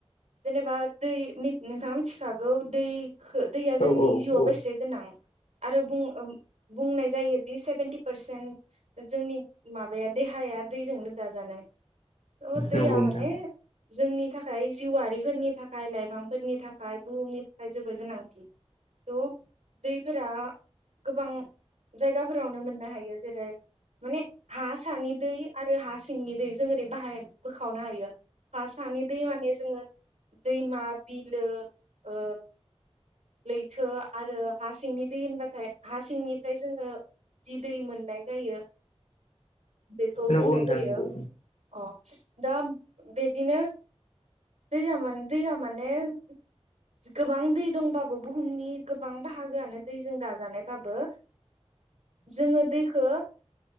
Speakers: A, on the right; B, on the left.
A: जेनेबा दै नोंथाङा मिथिखागौ दै खो दैया जोंनि
B: औ औ
A: जिउआव
B: औ
A: बेसे गोनां आरो बुं बुंनाय जायो दि सेभेेनटि पारसेन्ट जोंनि माबाया देहाया दैजोंनो दाजानाय औ दैया
B: नंगौ नोंथां
A: माने जोंनि थाखाय जिउआरिफोरनि थाखाय लाइफांफोरनि थाखाय बुहुमनि थाखाय जोबद गोनांथि थ' दैफोरा गोबां जायगाफोरावनो मोननो हायो जेरै माने हा सानि दै आरो हा सिंनि दै जों ओरै बाहाय बोखावनो हायो हा सानि दै माने जोङो दैमा बिलो ओ लैथो आरो हा सिंनि दै होनबाथाय हा सिंनिफ्राय जोङो जि दै मोननाय जायो बेखौ बुंनाय
B: नंगौ नोंथां
A: जायो।
B: नंगौ
A: अ दा बेदिनो दैया माने दैया माने <inaudible> गोबां दै दंबाबो बुहुमनि गोबां बाहागोआनो दैजों दाजानाय बाबो जोङो दैखौ